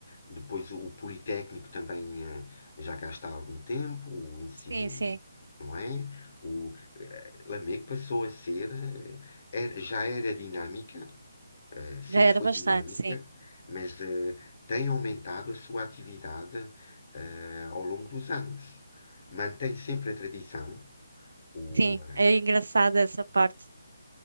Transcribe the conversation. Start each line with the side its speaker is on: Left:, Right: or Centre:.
Left: Depois o, o Politécnico também eh, já cá está há algum tempo, o ensino,
Right: sim, sim.
Left: não é? O eh, Lamego passou a ser, eh, era- já era dinâmica, eh, sempre
Right: Já era
Left: foi
Right: bastante,
Left: dinâmica,
Right: sim.
Left: mas eh, tem aumentado a sua atividade eh, ao longo dos anos. Mantém sempre a tradição, o,
Right: Sim,
Left: eh,
Right: é engraçado essa parte.